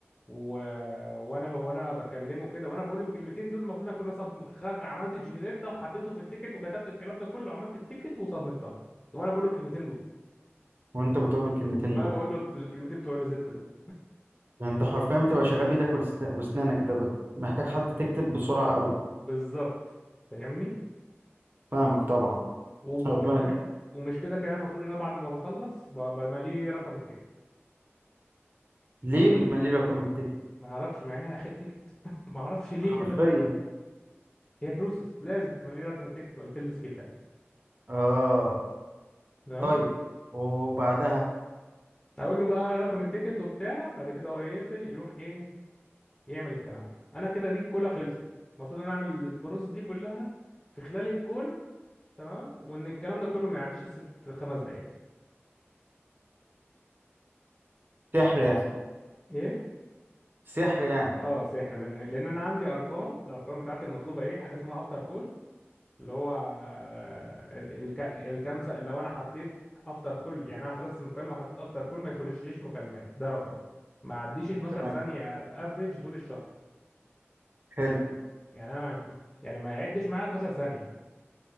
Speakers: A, on the left; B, on the right.
A: و... وانا وانا بكلمه كده وانا بقول له الكلمتين دول المفروض اكون صب خ... عملت الجنريت ده وحطيته في التيكت وكتبت الكلام ده كله عملت التيكت وصمتها وانا بقول له الكلمتين دول
B: وانت بتقول الكلمتين
A: وانا
B: دول
A: بقول له الكلمتين بتوع الريزيتا دول
B: ده انت حرفيا بتبقى شغال بايدك والسنا- واسنانك انت ب- محتاج حد تكتب بسرعه قوي
A: بالظبط فاهمني
B: فاهمك طبعا
A: وب-
B: ربنا
A: ومش كده
B: كان
A: ومش كده كمان المفروض ان انا بعد ما بخلص ب- بماليه رقم التيكت
B: ليه بتملي رقم التيكت
A: ما اعرفش مع انها اخر تيكت <laughs> ما اعرفش ليه
B: حرفيا
A: كنا بنملي هي بروسس لازم تمليه رقم التيكت ولا تلبس فيه تلج
B: اه
A: تمام
B: طيب وبعدها
A: اقول له بقى رقم التيكت وبتاع بعد كده هو يقفل يروح ايه يعمل الكلام ده انا كده دي الكولا خلصت المفروض ان انا اعمل البروسس دي كلها في خلال الكولا تمام وان الكلام ده كله ما يعديش الست خمس دقايق
B: سحر يعني
A: ايه
B: سحر يعني
A: اه سحر لان لان انا عندي ارقام الارقام بتاعت المطلوبه ايه حاجه اسمها افتر كول اللي هو ال- الك- الكام سنة لو انا حطيت افتر كل يعني انا خلصت المكالمه وحطيت افتر كل ما يخشليش مكالمات ده رقم ما عديش 12
B: تمام
A: ثانيه افريج طول الشهر
B: حلو
A: يعني انا ما يعني ما يعدش معايا 12 ثانيه